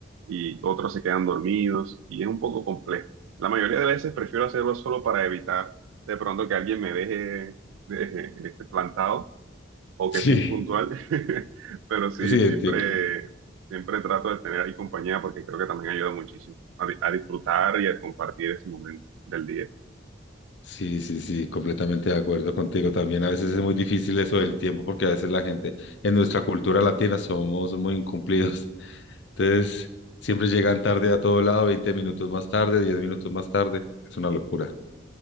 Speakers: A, on the right (about 80°); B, on the left (about 65°).
A: y otros se quedan dormidos y es un poco complejo. La mayoría de veces prefiero hacerlo solo para evitar de pronto que alguien me deje, deje, este, plantado o
B: <laughs>
A: que sea impuntual,
B: sí,
A: <laughs> pero sí,
B: sí,
A: siempre,
B: entiendo.
A: siempre trato de tener ahí compañía porque creo que también ayuda muchísimo a, di- a disfrutar y a compartir ese momento del día.
B: Sí, sí, sí, completamente de acuerdo contigo. También a veces es muy difícil eso del tiempo porque a veces la gente en nuestra cultura latina somos muy incumplidos. Entonces, siempre llegan tarde a todo lado, 20 minutos más tarde, 10 minutos más tarde. Es una locura.